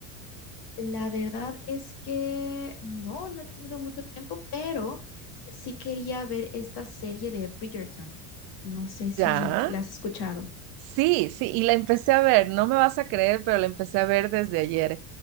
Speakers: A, on the left (about 55°); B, on the right (about 55°).
A: La verdad es que no, no he tenido mucho tiempo, pero sí quería ver esta serie de Bridgerton. No sé si
B: Ya.
A: la has escuchado.
B: Sí, sí, y la empecé a ver, no me vas a creer, pero la empecé a ver desde ayer.